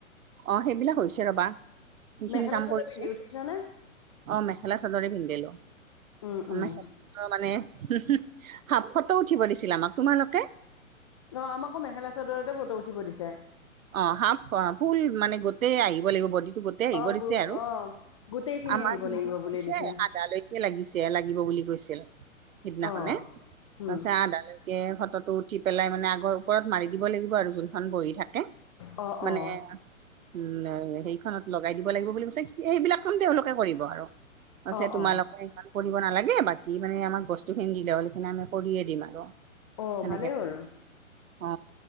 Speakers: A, on the right; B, on the left.
A: অ সেইবিলাক হৈছে ৰবা। সেইখিনি
B: মেখেলা
A: কাম
B: চাদৰ
A: কৰিছো
B: পিন্ধি উঠিছানে।
A: অ মেখেলা চাদৰে পিন্ধিলো
B: উম উম
A: মেখা। ত মানে হো হো হাফ ফটো উঠিব দিছিল আমাক তোমালোকে।
B: অ আমাকো মেখেলা চাদৰতে ফটো উঠিব দিছে।
A: অ হাফ ফুল মানে গোটেই আহিব লাগিব বডিটো। আহিব
B: অ, গো
A: দিছে আৰু
B: অ। গোটেইখিনি
A: আমাৰ
B: আহিব
A: মিজে
B: লাগিব বুলি
A: কৈছে
B: দিছে
A: আদালৈকে লাগিছে লাগিব বুলি কৈছিল। সিদিনাখনে
B: অ',
A: তাৰ
B: উম,
A: পিছত আদা লৈ কে খতটো উঠি পেলাই মানে আগৰ ওপৰত মাৰি দিব লাগিব আৰু যোনখন বহি থাকে।
B: অ',
A: মানে।
B: অ',
A: উম সেইখনত লগাই দিব লাগিব বুলি কৈছে। সেইবিলাক কাম তেওঁলোকে কৰিব আৰু। কৈছে
B: অ',
A: তোমালোকে
B: অ',
A: ইমান কৰিব নালাগে বাকী মানে আমাক বস্তুখিনি দিলে হ'ল‌ এখিনি আমি কৰিয়ে দিম আৰু।
B: অ',
A: সেনেকে
B: ভালেই
A: কৈছে
B: হ'ল।
A: অ